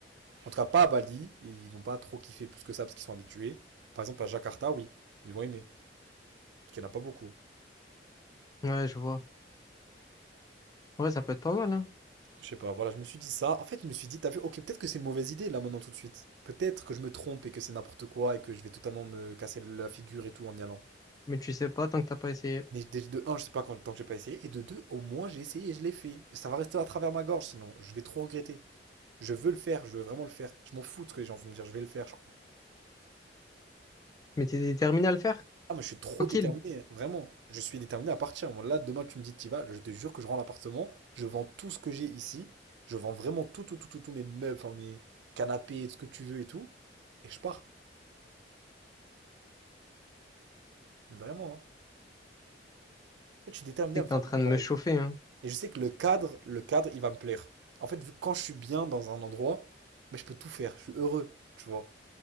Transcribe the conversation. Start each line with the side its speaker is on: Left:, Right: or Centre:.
Right: En tout cas, pas à Bali, et ils vont pas trop kiffer plus que ça parce qu'ils sont habitués. Par exemple, à Jakarta, oui, ils vont aimer, parce qu'il n'y en a pas beaucoup.
Left: Ouais, je vois. Ouais, ça peut être pas mal, hein.
Right: Je sais pas, voilà, je me suis dit ça. En fait, je me suis dit, t'as vu, ok, peut-être que c'est une mauvaise idée là maintenant tout de suite. Peut-être que je me trompe et que c'est n'importe quoi et que je vais totalement me casser la figure et tout en y allant.
Left: Mais tu sais pas tant que t'as pas essayé.
Right: Mais dé- de un, je sais pas quand, tant que j'ai pas essayé, et de deux, au moins j'ai essayé et je l'ai fait. Ça va rester à travers ma gorge sinon, je vais trop regretter. Je veux le faire, je veux vraiment le faire. Je m'en fous de ce que les gens vont me dire, je vais le faire, je crois.
Left: Mais t'es déterminé à le faire?
Right: Ah, mais je suis trop
Left: Tranquille.
Right: déterminé, hein, vraiment. Je suis déterminé à partir. Moi, là, demain, tu me dis, t'y vas, je te jure que je rends l'appartement, je vends tout ce que j'ai ici, je vends vraiment tout, tout, tout, tout, tout, mes meubles, enfin, mes canapés, ce que tu veux et tout, et je pars. Vraiment, hein. En fait, je suis déterminé
Left: Tu sais
Right: à me
Left: que
Right: faire
Left: t'es en train
Right: de l'argent.
Left: de me
Right: avec.
Left: chauffer, hein.
Right: Et je sais que le cadre, le cadre, il va me plaire. En fait, vu que quand je suis bien dans un endroit, mais je peux tout faire, je suis heureux, tu vois.